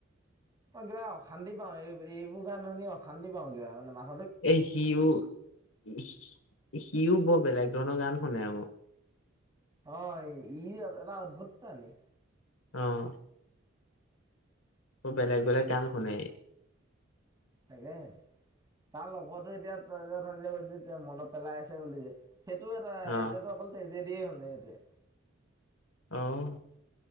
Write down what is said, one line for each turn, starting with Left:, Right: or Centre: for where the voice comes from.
Right: মই কিবা অশান্তি পাওঁ, এই-এইবোৰ গান শুনি অশান্তি পাওঁ কিবা মানে মই
Left: এ সিও সি-সিও বৰ বেলেগ ধৰণৰ গান শুনে আক
Right: অঁ ই এটা অদ্ভুত প্ৰাণী।
Left: অহ। বৰ বেলেগ-বেলেগ গান শুনে ই।
Right: তাকে তাৰ লগতো এতিয়া ত‌ই যে অথনি কৈছিলি মনত পেলাই আছে বুলি যে সেইটো এটা
Left: অ
Right: এতিয়াতো অকল তেজেদিয়েই শুনে সেইটোৱে।
Left: অহ